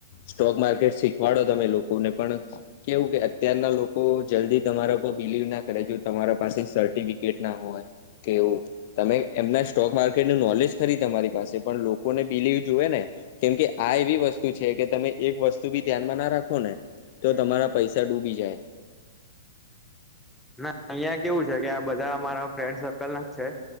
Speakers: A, on the left; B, in the centre.
A: સ્ટોક માર્કેટ શીખ વાળો તમે લોકોને પણ કેવું કે અત્યારના લોકો જલ્દી તમારા ઉપર બિલીવ ના કરે જો તમારા પાસે સર્ટિફિકેટ ના હોય કેવું તમે એમના સ્ટોક માર્કેટ નું નોલેજ ખરી તમારી પાસે પણ લોકોને બીલીવ જોવે ને કેમકે આ એવી વસ્તુ છે કે તમે એક વસ્તુ બી ધ્યાનમાં ના રાખો ને જો
B: હમ
A: તમારા
B: હમ
A: પૈસા ડૂબી જાય
B: ના અહિયાં કેવું છે કે આ બધા અમારા ફ્રેન્ડ સર્કલ ના છે